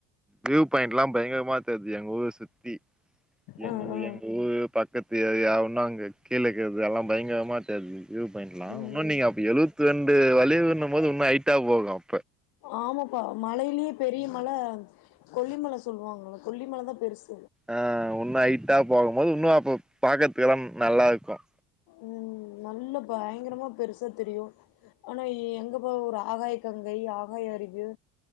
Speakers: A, in the centre; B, on the left.
A: வியூ பாயி்ண்ட்லாம் பயங்கர பாத்தது எங்க ஊர் சுத்தி எங்க
B: ஆ ஆ
A: எங்க ஊர் பக்கத்து ஏரியா ஆவுன்னா கீழே இருக்கறது எல்லாம் பயங்கரமா வியூ பாயிண்ட்லாம்
B: ம்
A: இன்னு நீங்க அப்ப ஏழுபதிரெண்டு வளைவுனம் போது இன்னும் ஐ தா போகும்
B: ஆமாப்பா மலையிலயே பெரிய மலை கொல்லிமலை சொல்லுவாங்கள்ல கொல்லிமலை தான் பெருசு
A: ஆஹ் ஒன்னும் ஐட்டா போகும்போது இன்னும் அப்ப பாக்கறதுக்கெல்லாம் நல்லா இருக்கும்
B: உம் நல்ல பயங்கரமா பெருசு தெரியும் ஆனா எங்க போ ஒரு ஆகாய கங்கை ஆகாய அறிவு